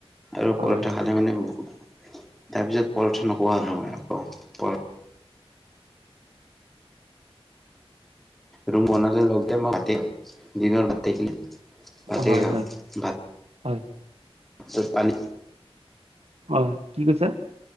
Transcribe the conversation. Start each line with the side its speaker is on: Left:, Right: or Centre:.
Centre: আৰু
Right: হয়
Centre: পৰঠা খালে মানে তাৰপিছত পৰঠা নোখোৱা হলো মই আকৌ পৰ ৰুম বনালে লগ দে মই মাতিম। দিনৰ ভাত থাকিলে ভাতেই
Right: হয়
Centre: খাওঁ,
Right: হয়
Centre: ভাত
Right: হয়।
Centre: চত পানী
Right: অঁ কি কৈছা?